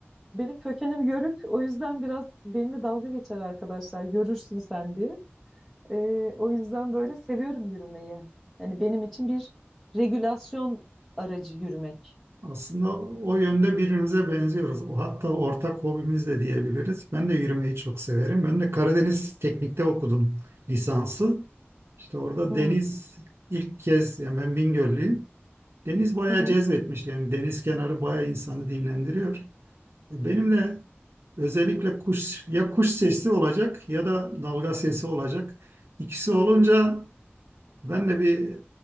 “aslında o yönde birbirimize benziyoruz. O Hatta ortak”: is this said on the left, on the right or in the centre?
Right